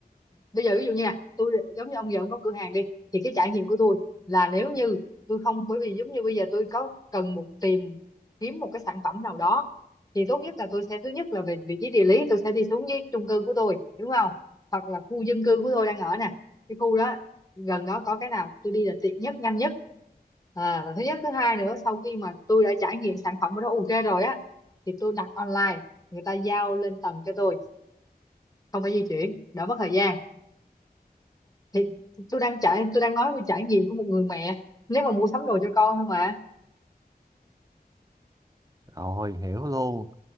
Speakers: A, on the left; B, on the right.
A: bây giờ ví dụ như là tôi giống như ông giờ ông có cửa hàng đi thì cái trải nghiệm của tôi là nếu như tôi không bởi vì giống như bây giờ tôi có cần một tìm kiếm một cái sản phẩm nào đó thì tốt nhất là tôi sẽ thứ nhất là về vị trí địa lý tôi sẽ đi xuống với chung cư của tôi đúng không hoặc là khu dân cư của tôi đang ở nè cái khu đó gần đó có cái nào tôi đi là tiện nhất nhanh nhất à và thứ nhất thứ hai nữa sau khi mà tôi đã trải nghiệm sản phẩm của nó ok rồi á thì tôi đặt online người ta giao lên tầng cho tôi không phải di chuyển đỡ mất thời gian thì tôi đang trải tôi đang nói về trải nghiệm của một người mẹ nếu mà mua sắm đồ cho con thôi mà
B: rồi hiểu luôn